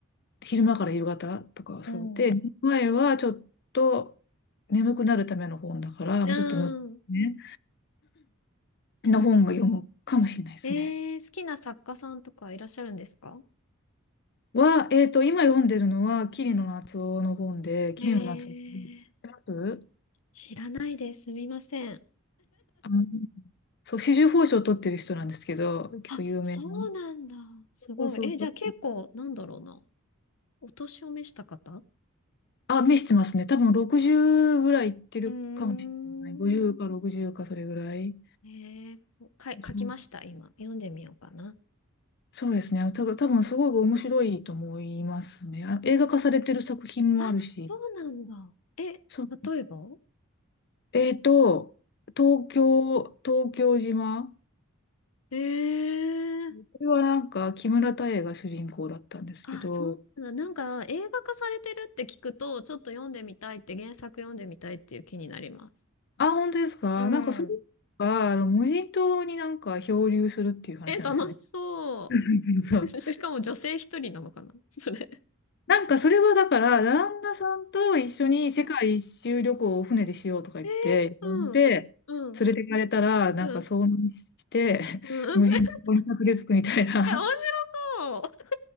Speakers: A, on the left (about 50°); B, on the left (about 80°).
A: 昼間から夕方とかはそうで、
B: うん。
A: 寝る前はちょっと眠くなるための本だから、
B: う
A: もうちょっと難しいね。
B: ん。
A: な本が読むかもしれないですね。
B: ええー、好きな作家さんとかいらっしゃるんですか
A: は、えっと、今読んでるのは、桐野夏生の本で、桐野夏生。
B: ええー、
A: 知ってます
B: 知らないです。すみません。
A: あそう、紫綬褒章を取ってる人なんですけど、結構有名な。
B: あ、そうなんだ。すごい。
A: そうそうそう。
B: え、じゃあ結構、なんだろうな。お年を召した方
A: あ、目してますね。多分60ぐらいいってるかもしれない。
B: うーん。
A: 50か60かそれぐらい。
B: えー、か、書きました、
A: そう
B: 今。読んでみようかな。
A: そうですね。ただ多分すごく面白いと思いますね。あ、映画化されてる作品もあるし。
B: あ、そうなんだ。え、例
A: そう。
B: えば
A: えっと、東京、東京島。
B: えー、
A: これはなんか木村多江が主人公だったんですけど、
B: あ、そうなんだ。なんか、映画化されてるって聞くと、ちょっと読んでみたいって、原作読んでみたいっていう気になります。
A: あ、本当ですかなんかそれ
B: うん。
A: が、あの無人島になんか漂流するっていう話なんですよね。
B: え、楽しそ
A: <laughs> そう。
B: う。<laughs> しかも女性一人なのかなそれ。
A: なんかそれはだから、旦那さんと一緒に世界一周旅行を船でしようとか言って、
B: うんえー、うん、
A: 呼んで、
B: うん、
A: 連れてかれたら、なんか遭難して、
B: うん。うん。
A: <laughs> 無人島にたど着くみたいな、
B: <laughs> え、面白そう。